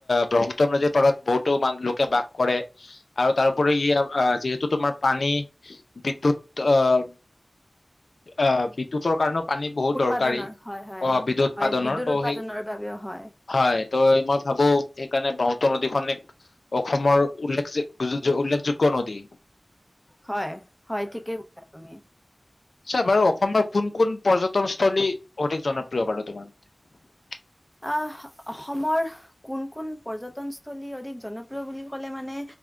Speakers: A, on the left (about 80°); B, in the centre.
A: ব্ৰহ্মপুত্ৰ নদীৰ পাৰত বহুতোন লোকে বাস কৰে আৰু তাৰোপৰি ইয় যিহেতু তোমাৰ পানী বিদ্যুৎ আহ আহ বিদ্যুতৰ কাৰণেও পানী বহুত
B: উৎপাদনৰ
A: দৰকাৰী
B: হয় হয়
A: অ বিদ্যুৎ উৎপাদনৰ
B: হয় বিদ্যুৎ
A: ত'
B: উৎপাদনৰ
A: সেই
B: বাবেও হয়।
A: হয় ত মই ভাবো সেইকাৰণে ব্ৰহ্মপুত্ৰ নদীখন এক অসমৰ উল্লেখ উল্লেখযোগ্য নদী
B: হয় হয় ঠিকেই কৈছা তুমি
A: চ্ছা বাৰু অসমৰ কোন কোন পৰ্যটনস্থলী অধিক জনপ্ৰিয় বাৰু তোমাৰ মতে
B: আহ অসমৰ কোন কোন পৰ্যটনস্থলী অধিক জনপ্ৰিয় বুলি ক'লে মানে